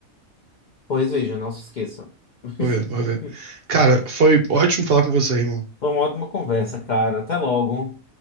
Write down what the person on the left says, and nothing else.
Pois veja, não se esqueça. <laughs>
Foi uma ótima conversa, cara. Até logo.